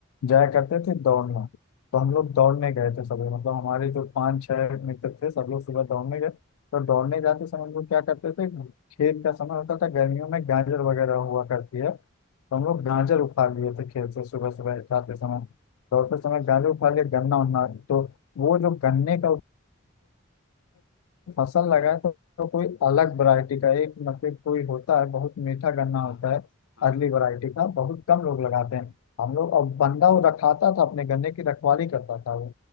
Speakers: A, on the left; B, on the left.
A: जाया करते थे दौड़ना तो
B: जी
A: हम लोग दौड़ने गए थे सब लोग मतलब हमारे जो पांच छह मित्र थे सब लोग सुबह दौड़ने गए तो दौड़ने जाते समय हम लोग क्या करते थे खेत का समय होता था गर्मियों में गाजर वगैरह हुआ करती है तो हम लोग
B: जी
A: गाजर
B: जी
A: उखाड़ लिए थे खेत से सुबह सुबह जाते समय दौड़ते
B: अच्छा
A: समय गाजर उखाड़ लिए गन्ना उन्ना तो वो जो गन्ने का फसल
B: जी
A: लगाए तो, तो कोई अलग वैरायटी का एक मतलब कोई होता है बहुत मीठा गन्ना
B: हाँ
A: होता
B: हाँ
A: है
B: हाँ
A: अर्ली वैरायटी का बहुत कम लोग
B: हाँ
A: लगाते हैं हम लोग अब बंदा वो रखाता था अपने गन्ने की रखवाली करता था वो